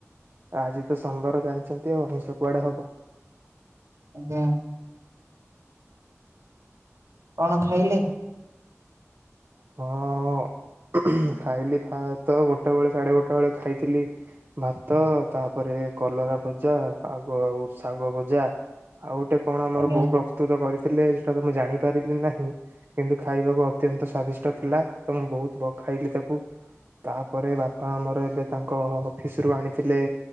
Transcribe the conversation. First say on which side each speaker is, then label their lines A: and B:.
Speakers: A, on the right; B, on the right.
A: ଆଜି ତ ସୋମ୍ୱାର ଜାଣିଛନ୍ତି ଆଉ ହିଂସ କୁଆଡେ ହବ।
B: ଆଜ୍ଞା। କଣ ଖାଇଲେ?
A: ହଁ ଖାଇଲି ଫା ତ ଗୋଟେବେେଳେ ସାଢ଼େ ଗୋଟେ ବେଳେ ଖାଇଥିଲି ଭାତ ତାପରେ କଲରା ଭଜା ଆ ଆଗ ଆଉ ଶାଗ ଭଜା। ଆଉ ଗୋଟେ କଣ ଆମର
B: ଆଜ୍ଞା
A: ବହୁ ପ୍ର ପ୍ରସ୍ତୁତ କରିଥିଲେ ସେଟା ତ ମୁଁ ଜାଣିପାରିଲି ନାହିଁ କିନ୍ତୁ ଖାଇବାକୁ ଅତ୍ୟନ୍ତ ସ୍ୱାଦିଷ୍ ଷ୍ଟ ଥିଲା ତ ମୁଁ ବହୁତ ଭ ଖାଇଲି ତାକୁ। ତାପରେ ବାପା ଆମର ଏବେ ତାଙ୍କ ଅଫିସରୁୁ ଆଣିଥିଲେ